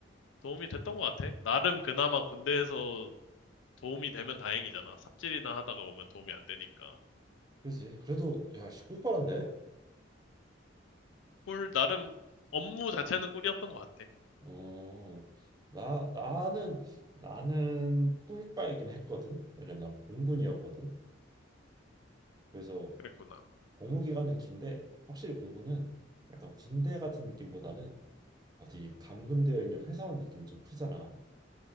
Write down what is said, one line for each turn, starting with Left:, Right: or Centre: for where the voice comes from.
Left: 도움이 됐던 것 같아. 나름 그나마 군대에서 도움이 되면 다행이잖아. 삽질이나 하다가 오면 도움이 안 되니까.
Right: 그지? 그래도 야, 씨, 꿀빨았네.
Left: 꿀, 나름 업무 자체는 꿀이었던 것 같아.
Right: 어, 나 나는 나는 꿀빨긴 했거든. 왜냐면 난 공군이었거든. 그래서
Left: 그랬구나.
Right: 복무 기간은 긴데 확실히 공군은 약간 군대 같은 느낌보다는 어디 감금되어 있는 회사원 느낌이 좀 크잖아.